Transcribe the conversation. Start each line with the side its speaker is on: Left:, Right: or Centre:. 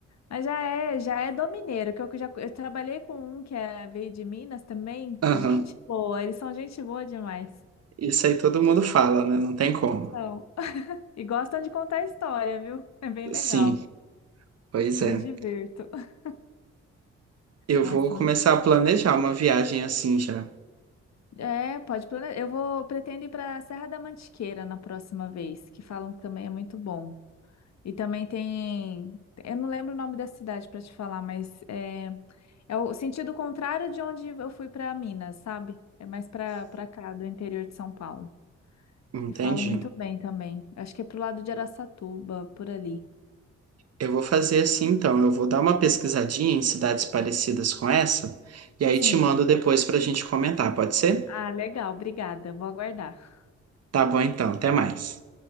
Left: Mas já é, já é do mineiro, que eu já eu trabalhei com um que é, veio de Minas também.
Right: Aham.
Left: Gente boa, eles são gente boa demais.
Right: Isso aí todo mundo fala, né? Não tem como.
Left: São. <laughs> E gostam de contar história, viu? É bem legal.
Right: Sim, pois
Left: Eu
Right: é.
Left: Me divirto. <laughs>
Right: Eu
Left: Nossa,
Right: vou começar a planejar uma viagem assim já.
Left: É, pode planejar. Eu vou pretendo ir para Serra da Mantiqueira na próxima vez, que falam que também é muito bom. E também tem, eu não lembro o nome da cidade para te falar, mas é, é o sentido contrário de onde eu fui para Minas, sabe? É mais para para cá, do interior de São Paulo.
Right: Entendi.
Left: E falam muito bem também. Acho que é pro lado de Araçatuba, por ali.
Right: Eu vou fazer assim então. Eu vou dar uma pesquisadinha em cidades parecidas com essa e aí
Left: Sim.
Right: te mando depois para a gente comentar, pode ser?
Left: Ah, legal, obrigada. Vou aguardar.
Right: Tá bom então, até mais.